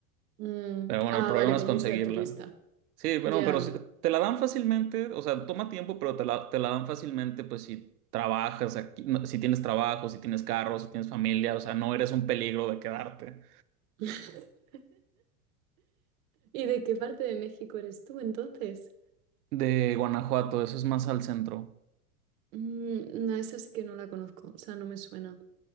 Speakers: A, on the right (about 60°); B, on the right (about 80°).
A: Mm,
B: Pero bueno,
A: Ah,
B: el problema
A: vale,
B: es
A: con
B: conseguirla.
A: visa de turista.
B: Sí, bueno,
A: Ya.
B: pero si te la dan fácilmente, o sea, toma tiempo, pero te la, te la dan fácilmente, pues si trabajas aquí, no, si tienes trabajo, si tienes carro, si tienes familia, o sea, no eres un peligro de quedarte.
A: <laughs> ¿Y de qué parte de México eres tú entonces?
B: De Guanajuato, eso es más al centro.
A: Mm, no, esa sí que no la conozco, o sea, no me suena.